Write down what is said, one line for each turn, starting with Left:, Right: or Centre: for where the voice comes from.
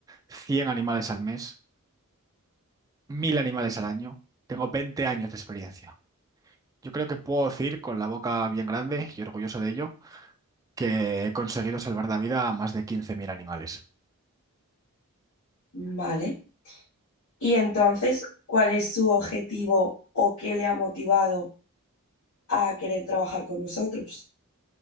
Right: 100 animales al mes, 1000 animales al año. Tengo 20 años de experiencia. Yo creo que puedo decir con la boca bien grande y orgulloso de ello que he conseguido salvar la vida a más de 15.000 animales.
Left: Vale. Y entonces, ¿cuál es su objetivo o qué le ha motivado a querer trabajar con nosotros?